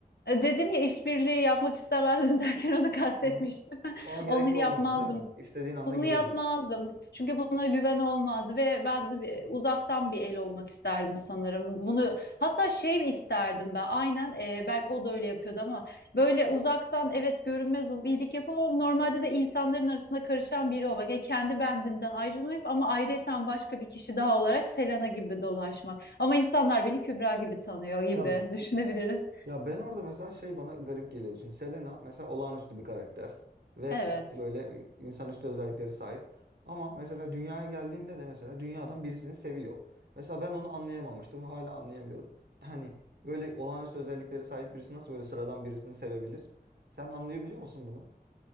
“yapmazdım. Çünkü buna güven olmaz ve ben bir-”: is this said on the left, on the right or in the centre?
Left